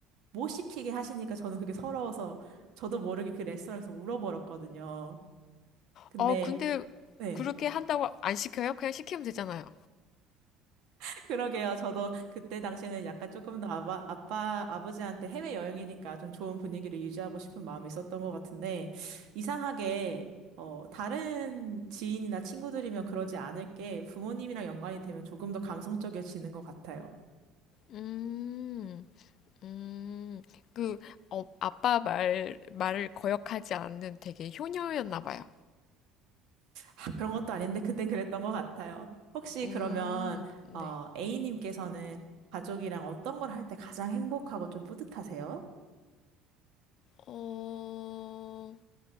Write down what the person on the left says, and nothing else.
어, 근데
그렇게 한다고 안 시켜요? 그냥 시키면 되잖아요.
음. 음, 그, 어, 아빠 말, 말을 거역하지 않는 되게 효녀였나 봐요.
음,
네.
어,